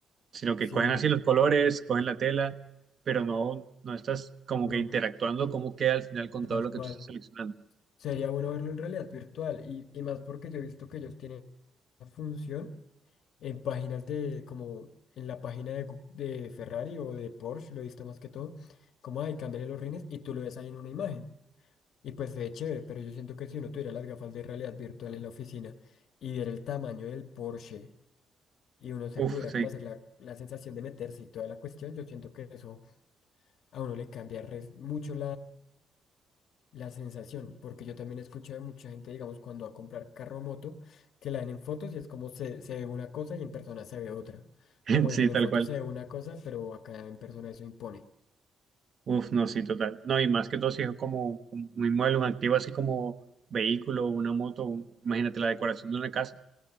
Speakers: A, on the right; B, on the left.
A: sino que
B: Sí,
A: cogen
B: no,
A: así los colores, cogen la tela, pero no, no estás como
B: no,
A: que interactuando cómo queda al final con
B: tal
A: todo lo que
B: cual.
A: tú estás seleccionando.
B: Sería bueno verlo en realidad virtual y, y más porque yo he visto que ellos tienen una función. en páginas de, como en la página de, Gu- de Ferrari o de Porsche, lo he visto más que todo, como, ay, cámbiale los rines y tú lo ves ahí en una imagen. Y pues se ve chévere, pero yo siento que si uno tuviera las gafas de realidad virtual en la oficina y viera el tamaño del Porsche y uno se pudiera
A: Uf, sí.
B: como hacer la, la sensación de meterse y toda la cuestión, yo siento que eso a uno le cambia res- mucho la sensación, porque yo también he escuchado de mucha gente, digamos, cuando va a comprar carro o moto, que la ven en fotos y es como se, se ve una cosa y en persona se ve otra.
A: <laughs>
B: Como
A: Sí,
B: dicen,
A: tal
B: en fotos
A: cual.
B: se ve una cosa, pero acá en persona eso impone,
A: Uf, no, sí, total. No, y más que todo si es como un un inmueble, un activo así como vehículo, una moto, un- imagínate la decoración de una casa,